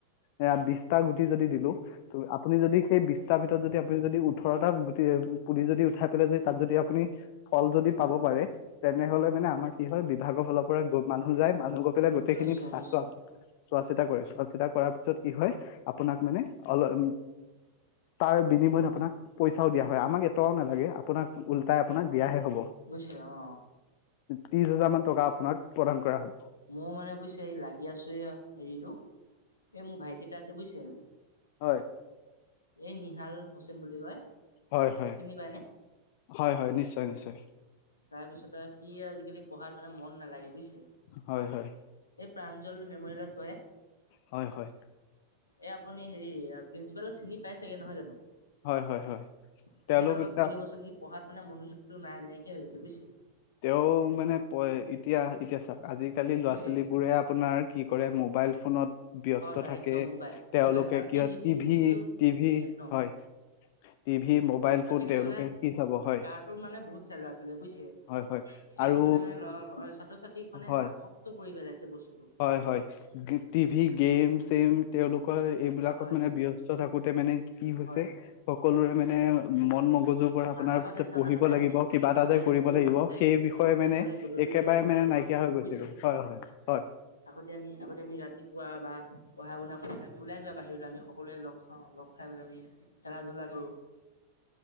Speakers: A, on the left (about 45°); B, on the left (about 80°).
A: এয়া বিছটা গু যদি দিলো, তো আপুনি যদি সেই বিচ তাৰ ভিতৰত যদি, আপুনি যদি উট ওঠৰটা গুটি, পুলি যদি উঠাই পেলাই যদি তাত যদি আপুনি ফল যদি
B: হয়
A: পাব
B: হয়
A: পাৰে, তেনেহলে মানে আমাৰ কি হয়, বিভাগৰ ফালৰ পৰা গৈ মানুহ যায়, মানুহ গৈ পেলাই গোটেইখিনি
B: নিশ্চয়
A: চাছ
B: নিশ্চয়
A: চোৱা চিতা কৰিছো। চোৱা চিতা কৰাৰ পিছত কি হয়, আপোনাক মানে অল উম। তাৰ বিনিময়ত
B: অ
A: আপোনাক পইচাও দিয়া হয়, আমাক ত' নালাগে। আপোনাক, উলটাই আপোনাক দিয়াহে হ'ব,
B: বুজিছে অ
A: দি হেজাৰমান টকা আপোনাক প্ৰদান কৰা, হ
B: মোৰ মানে বুজিছে এই লাগি আছো এয়া হেৰিটো এ মোৰ ভাইটি এটা আছে বুইছে
A: হয়।
B: এই নিহাল হুছেইন বুলি কয়।
A: হয় হয়
B: চিনি পায়নে?
A: হয় হয় নিশ্চয় নিশ্চয়
B: তাৰ পিছতে সি আজিকালি পঢ়াৰ মানে মন নালাগে বুইছ ছে।
A: হয় হয়
B: এই প্ৰাঞ্জল মেমৰিয়েলত পঢ়ে।
A: হয়, হয়।
B: এ আপুনি হেৰি প্ৰিন্ঞ্চিপালক চিনি পাই চাগে নহয় জানো?
A: হয়, হয়, হয়।
B: তেখেতক
A: তেওঁলোক
B: অলপ
A: এতিয়া
B: কৈ দিবচোন ই পঢ়াত মানে মনোযোগটো নাই, নাইকিয়া হৈ গৈছে বুজিছে।
A: তেওঁ মানে প, এতিয়া-এতিয়া চাওক আজিকালি ল'ৰা-ছোৱালীবোৰে
B: বুজিছে
A: আপোনাৰ কি কৰে মোবাইল ফোনত ব্যস্ত
B: হয় হয়
A: থাকে,
B: একদম মোবাইল
A: তেওঁলোকে
B: মোবাইল আৰু
A: কিয়
B: টিভি টিভি
A: টিভি-টিভি
B: যিটো একদম
A: হয়, টিভি, মোবাইল
B: আজিকালি
A: ফোন তেওঁলোকে
B: মানে
A: কি চাব হয়।
B: কাৰ্টুন মানে বহুত চাই ল'ৰা ছোৱালীয়ে বুজিছে এইটো
A: হয় হয় আৰু
B: মানে-মানে ল'ৰা, ছাত্ৰ-ছাত্ৰীক মানে
A: হয়
B: আসক্ত কৰি পেলাইছে। এ বস্
A: হয়, হয়। গে-টিভি গেম-চেম তেওঁলোকৰ এইবিলাকত
B: অ হয়
A: মানে
B: হয়
A: ব্যস্ত থাকোঁতে মানে কি হৈছে,
B: হয় হয়
A: সকলোৰ মানে অ' মন-মগজুৰ পৰা আপোনাৰ
B: আগতে চাওক
A: পঢ়িব
B: আগতে
A: লাগিব,
B: আমি
A: কিবা এটা
B: আগতে
A: যে
B: আমি
A: কৰিব
B: সৰু
A: লাগিব।
B: থাকোতে
A: সেই বিষয়ে
B: আমি
A: মানে
B: সকলোৱে গধূলি
A: একেবাৰে
B: হলে ওলাই
A: মানে
B: যাওঁ
A: নাইকিয়া হৈ গৈছেগৈ।
B: বুজিছে
A: হয়, হয়, হয়।
B: আগতে আমি, আগতে আমি ৰাতিপুৱা বা পঢ়-শুনালে কৰি পেলাই আমি ওলাই যাও বাহিৰলৈ। আমি সকলোৱে লগ খাও, লগ খাই পেলাই আমি খেলা-ধূলা কৰো।